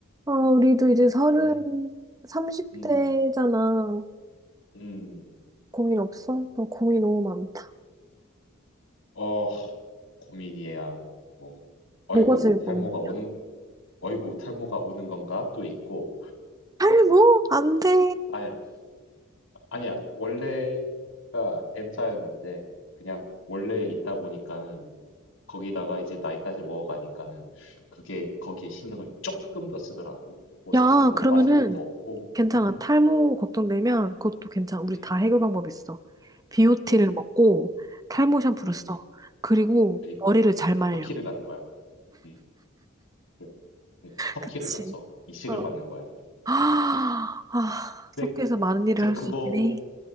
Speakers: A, on the right (about 20°); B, on the left (about 85°).
A: 어, 우리도 이제 서른,
B: 음.
A: 30대잖아.
B: 음. 음.
A: 고민 없어? 나 고민 너무 많다.
B: 어. 고민이야. 뭐 "어이구
A: 뭐가 제일
B: 탈모가
A: 고민이야?
B: 오는 어이구 탈모가 오는 건가?" 또 있고
A: 탈모? 안 돼.
B: 아니야. 아니야. 원래가 M자였는데 그냥 원래 있다 보니까는 거기다가 이제 나이까지 먹어가니까는 그게 거기에 신경을 쪼끔 더 쓰더라고. 뭐 사실
A: 야,
B: 뭐
A: 그러면은
B: 빠지는 거 없고
A: 괜찮아.
B: 음.
A: 탈모 걱정되면 그것도
B: 음.
A: 괜찮아. 우리
B: 음.
A: 다 해결 방법 있어. 비오티를
B: 그러니까.
A: 먹고 탈모 샴푸를
B: 음.
A: 써. 그리고
B: 그리고
A: 머리를 잘 말려.
B: 터키를 가는 거야. 음. 네. 터키를
A: 그치.
B: 가서 이식을
A: 어.
B: 받는 거야.
A: 아, 아,
B: 근데
A: 석회에서 많은 일을
B: 이제 그거,
A: 할 수 있긴 해.